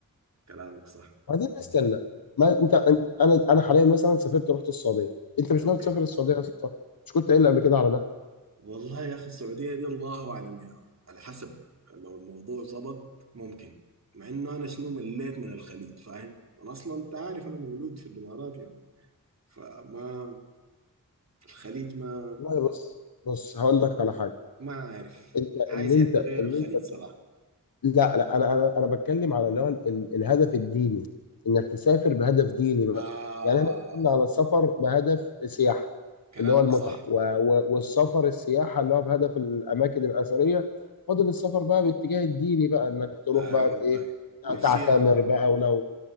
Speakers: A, on the right; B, on the left.
A: كلامك صح
B: بعدين استنى ما انت انت- انا انا حاليا مثلا سافرت رحت السعوديه انت مش
A: اوكي
B: ناوي تسافر السعوديه يا اسطى مش كنت قايل لي قبل كده على ده
A: والله يا اخي السعوديه دي الله اعلم يا مان. على حسب لو الموضوع ظبط ممكن مع انه انا شنو مليت من الخليج فاهم انا اصلا انت عارف انا مولود في الامارات يعني فما في الخليج ما
B: والله بص بص هقول لك على حاجه
A: ما عارف
B: انت ان
A: عايز حته
B: انت ان
A: غير الخليج
B: انت
A: صراحه
B: لا لا انا انا انا بتكلم على اللي هو ال- ال- الهدف الديني انك تسافر بهدف ديني بقى
A: آه
B: يعني احنا اتكلمنا على السفر بهدف سياحه
A: كلامك
B: اللي هو المتعه
A: صح
B: و و والسفر السياحه اللي هو بهدف الاماكن الاثريه فاضل السفر بقى باتجاه الديني بقى انك تروح
A: اي
B: بقى
A: آه والله
B: ت- ايه
A: نفسي
B: تعتمر
A: انا والله.
B: بقى ولو